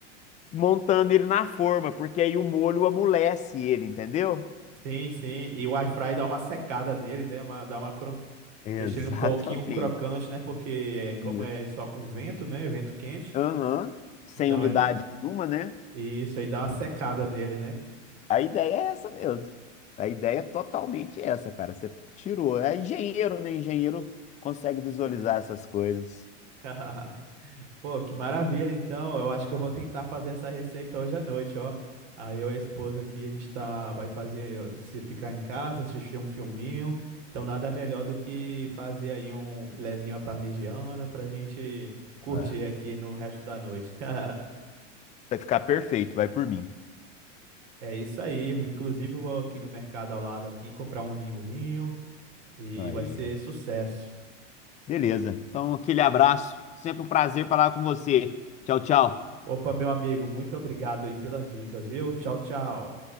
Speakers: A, on the left; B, on the right.
A: montando ele na forma, porque aí o molho amolece ele, entendeu?
B: Sim, sim. E o air fry dá uma secada nele, né? Uma, dá uma cron...
A: Exatamente.
B: deixa ele um pouquinho crocante, né? Porque é como é
A: Isso.
B: só com vento, né? Vento quente.
A: Aham. Sem
B: Então
A: umidade
B: ele.
A: nenhuma, né?
B: e Isso aí dá uma secada nele, né?
A: A ideia é essa mesmo. A ideia é totalmente essa, cara. Você tirou. É engenheiro, né? Engenheiro consegue visualizar essas coisas.
B: <laughs> Pô, que maravilha, então. Eu acho que eu vou tentar fazer essa receita hoje à noite, ó. Aí eu e a esposa aqui, a gente tá, vai fazer, eu- se ficar em casa, assistir um filminho. Então nada melhor do que fazer aí um filezinho à parmegiana pra gente curtir
A: É.
B: aqui no resto da noite. <laughs>
A: Vai ficar perfeito, vai por mim.
B: É isso aí. Inclusive eu vou aqui no mercado ao lado aqui comprar um vinhozinho e
A: Aí.
B: vai ser sucesso.
A: Beleza. Então, aquele abraço. Sempre um prazer falar com você. Tchau, tchau.
B: Opa, meu amigo, muito obrigado aí pelas dicas, viu? Tchau, tchau.